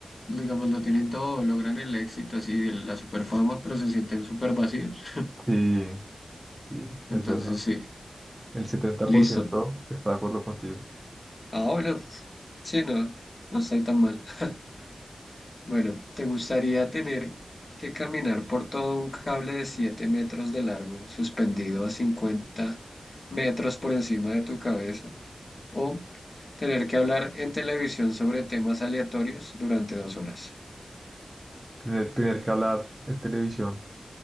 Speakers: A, on the left (about 45°); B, on the right (about 15°).
A: digamos, lo tienen todo, logran el éxito, así, el- la super fama, pero se sienten súper vacíos.
B: sí, sí, es
A: Entonces,
B: verdad.
A: sí,
B: El setenta
A: listo.
B: por ciento está de acuerdo contigo.
A: Ah, bueno, sí, no, no estoy tan mal. <laughs> Bueno, ¿te gustaría tener que caminar por todo un cable de 7 metros de largo, suspendido a 50 metros por encima de tu cabeza? ¿O tener que hablar en televisión sobre temas aleatorios durante dos horas?
B: Tener, tener que hablar en televisión,